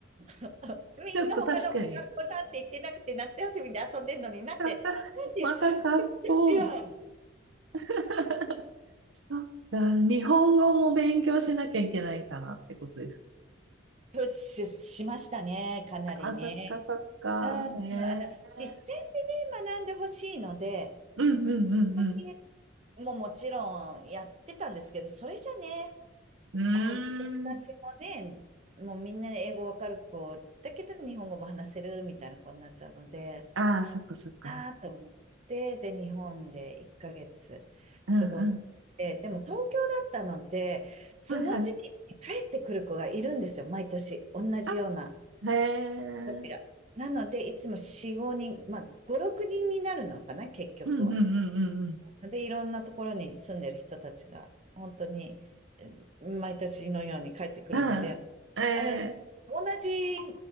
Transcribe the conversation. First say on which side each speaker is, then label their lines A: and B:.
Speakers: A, on the right (about 35°); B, on the right (about 80°).
A: <laughs> そうみんな
B: ょっと確かに。
A: 他の子がこなんて言ってなくて、夏休みで遊んでるのになんで、
B: <laughs>
A: なんで、
B: また格好、
A: では、
B: みたいな。<laughs> そっか、日本語も勉強しなきゃいけないかなってことです
A: プッシュしましたね、かなりね。
B: か。あ、そっか、そっか、
A: うん、うんあの、
B: ええ
A: 実践でね、学んでほしいので、
B: うんうんうん
A: それだけももちろんやってたんですけど、それじゃね、
B: うん。
A: あの、友達もね、
B: うーん。
A: もうみんな英語わかる子、だけど日本語も話せるみたいな子になっちゃうので、
B: ああ、そっかそっか。
A: なと思って、で、日本で1ヶ月
B: うん
A: 過ごして、でも東京だったので、その時期に帰ってくる子がいるんですよ、
B: うん。はいはい。
A: 毎年。同じような
B: あ、へえ。
A: 子たちが。なので、いつも4、5人、まあ、5、6人にんになるのかな、結局は。
B: うんうんうんうんうん。
A: で、いろんなところに住んでる人たちが、本当に、うん毎年のように帰ってくるので、
B: うん。えー、
A: あの、同じ、ね、